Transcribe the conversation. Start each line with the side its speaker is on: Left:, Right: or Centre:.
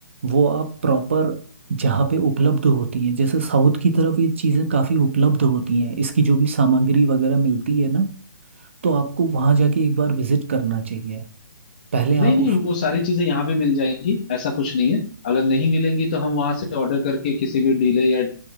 Right: वो आप प्रॉपर जहाँ पे उपलब्ध होती हैं जैसे साउथ की तरफ ये चीज़ें काफ़ी उपलब्ध होती हैं इसकी जो भी सामग्री वगैरह मिलती है ना तो आपको वहां जाके एक बार विजिट करना चाहिए पहले
Left: नहीं
Right: आप
Left: नहीं
Right: उसको
Left: वो सारी चीजें यहाँ भी मिल जाएंगी ऐसा कुछ नहीं है अगर नहीं मिलेंगी तो हम वहां से ऑर्डर करके किसी भी डीलर या